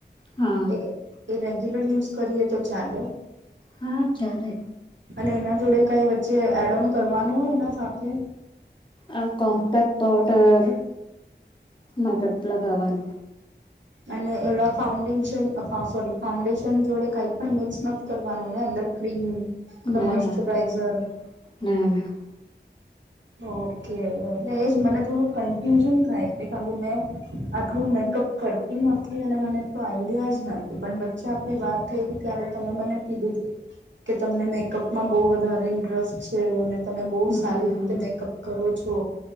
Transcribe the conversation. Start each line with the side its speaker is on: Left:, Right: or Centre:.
Left: હા
Right: એ એ રેગ્યુલર યુઝ કરીએ તો ચાલો.
Left: હા ચલે
Right: અને એના જોડે કઈ વચ્ચે એડ ઓન કરવાનું હોય એના સાથે
Left: આ કોંપક્ટ પૌડર માબપલા કવાની
Right: અને એવા ફાઉન્ડેશન સોરી ફાઉન્ડેશન જોડે કઈ પણ મિક્સ નથી કરવાનું ને અંદર. ક્રીમ ને
Left: ના
Right: મોશ્ચરાઈઝર.
Left: ના ના <unintelligible>
Right: ઓકે ઓકે ને એજ મને થોડું કન્ફ્યુઝન થાય છે. કારણ કે મેં આટલું મેકઅપ કરતી નથી અને મને એટલું આઈડિયા જ ન પણ વચ્ચે આપડી વાત થઈ ગ ત્યારે તમે મને કીધું છે કે તમને મેકઅપમાં બહુ વધારે ઇન્ટરેસ્ટ છે અને તમે બહુ
Left: હમ
Right: સારી મેકઅપ કરો છો